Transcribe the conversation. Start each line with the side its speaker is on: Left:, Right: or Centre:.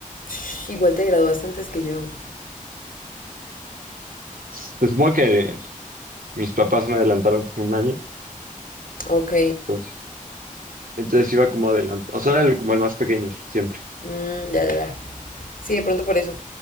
Left: Shh, Igual te graduaste antes que yo.
Right: Se supone que mis papás me adelantaron un año,
Left: Ok.
Right: entonces, entonces iba como adelantado. O sea, era el- como el más pequeño, siempre.
Left: Mm, ya, ya, ya. Sí, de pronto por eso.